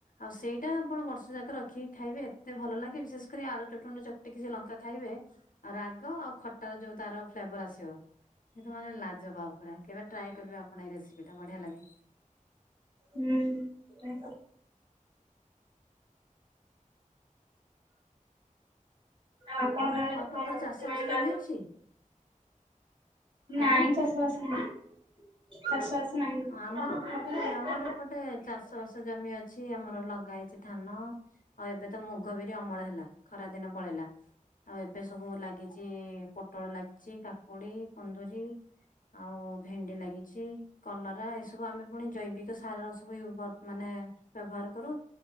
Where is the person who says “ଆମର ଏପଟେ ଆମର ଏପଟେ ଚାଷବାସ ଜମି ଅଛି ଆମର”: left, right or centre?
Left